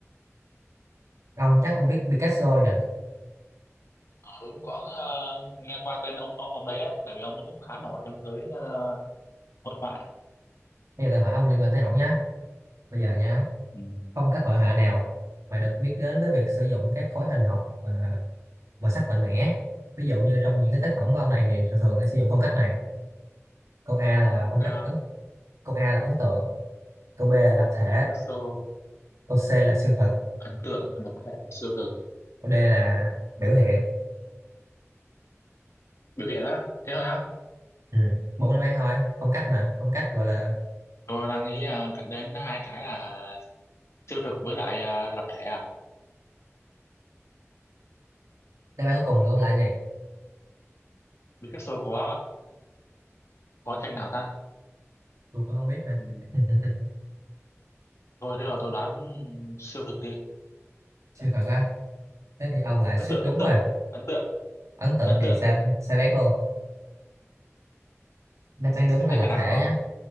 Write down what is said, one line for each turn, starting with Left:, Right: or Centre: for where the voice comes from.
Right: ông chắc ông biết Picasso nhỉ
Left: tôi cũng có ờ, nghe qua tên ông ông ông đấy đấy tại vì ông ấy cũng khá nổi trong giới ờ, hội họa
Right: bây giờ tôi hỏi ông liên quan tới ổng nhá bây giờ nha
Left: ừ.
Right: phong cách hội họa nào mà được biết đến với việc sử dụng các khối hình học và màu sắc mạnh mẽ ví dụ như trong những cái tác phẩm của ông này thì thường thường sẽ sử dụng phong cách này câu A là
Left: ok
Right: phong
Left: không
Right: cách ấn câu A là ấn tượng câu B là lập thể
Left: Picasso
Right: câu C là siêu thực
Left: ấn tượng lập thể siêu thực
Right: câu D là biểu hiện
Left: biểu hiện á thế thôi á
Right: ừ. bốn đáp án thôi phong cách mà phong cách gọi là
Left: tôi đang nghĩ à, cả đến hai cái là siêu thực với lại à, lập thể à
Right: đáp án cuối cùng là ông lại gì
Left: Picasso có có tranh nào ta
Right: tôi cũng không biết nữa
Left: ừ.
Right: <laughs>
Left: thôi thế rồi tôi đoán siêu thực đi
Right: siêu thực á thế thì ông lại
Left: ấn
Right: suýt
Left: tượng
Right: đúng
Left: ấn tượng
Right: rồi
Left: ấn tượng
Right: ấn tượng
Left: ấn
Right: thì
Left: tượng
Right: sai sai bét luôn đáp án đúng
Left: Em
Right: là
Left: thích
Right: lập
Left: cái nào
Right: thể
Left: không
Right: nhá